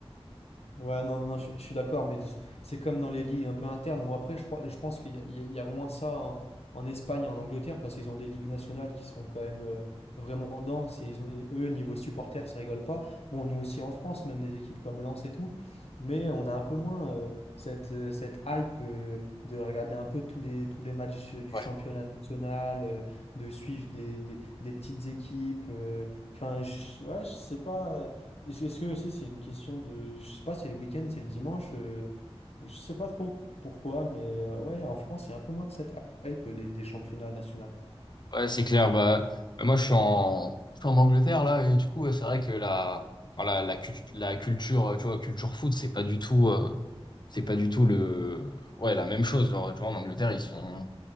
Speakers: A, on the left; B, on the left.
A: Ouais, non, non, je, je suis d'accord, mais c'est comme dans les ligues un peu internes. Moi, après, je crois, je pense qu'il y, a il y a- il y a moins ça en, en Espagne et en Angleterre parce qu'ils ont des ligues nationales qui sont quand même euh, vraiment denses et, ils ont, et eux, niveau supporters, ça rigole pas. Bon, nous aussi en France, même des équipes comme Lens et tout, mais on a un peu moins euh, cette, euh, cette hype euh, de regarder un peu tous les, tous les matchs du
B: Ouais.
A: championnat national, euh, de suivre des, des- des petites équipes. euh. Enfin, je- ouais, je sais pas. euh, est-ce est-ce que aussi c'est une question de... Je sais pas c'est le week-end, c'est le dimanche, euh, je sais pas trop pourquoi, mais euh, ouais, en France, il y a un peu moins de cette hype des, des championnats nationaux.
B: Ouais, c'est clair. Bah, bah, moi, je suis en, je suis en Angleterre, là, et du coup, ouais, c'est vrai que la, enfin, la, la, cult- la culture, euh, tu vois, culture foot, c'est pas du tout, euh, c'est pas du tout le, ouais, la même chose. Genre, tu vois, en Angleterre, ils sont,